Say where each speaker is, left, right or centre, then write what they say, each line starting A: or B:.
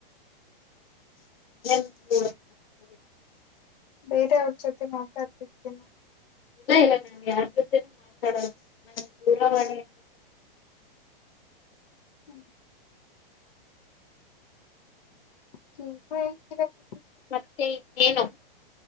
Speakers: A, on the left; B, on the left.
A: <inaudible>
B: ಬೇರೆ ಅವ ಜತೆ ಮಾತಾಡ್ಪಿಕನು.
A: ಇಲ್ಲ ಇಲ್ಲ ನಾನ್ ಯಾರ್ ಜೊತೆನೂ ಮಾತಾಡದು ನಾನ್ ದೂರವಾಣಿ ಅಂತ.
B: ಹ್ಮ್. <inaudible>
A: ಮತ್ತೆಏನು.